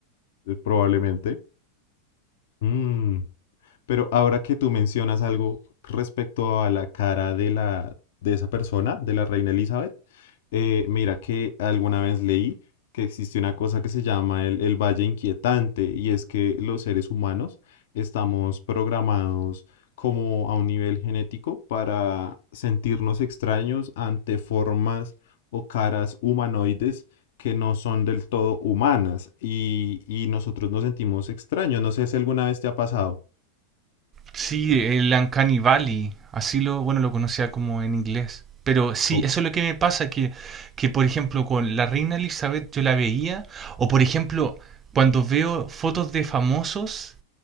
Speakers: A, on the left; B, on the right.
A: eh, probablemente. Mm. Pero ahora que tú mencionas algo respecto a la cara de la de esa persona, de la reina Elizabeth, eh, mira que alguna vez leí que existe una cosa que se llama el, el valle inquietante y es que los seres humanos estamos programados como a un nivel genético para sentirnos extraños ante formas o caras humanoides que no son del todo humanas y, y nosotros nos sentimos extraños. No sé si alguna vez te ha pasado.
B: Sí, el Uncanny Valley, así lo, bueno, lo conocía como en inglés. Pero sí,
A: Ok,
B: eso es lo que me pasa, que, que por ejemplo con la reina Elizabeth yo la veía, o por ejemplo cuando veo fotos de famosos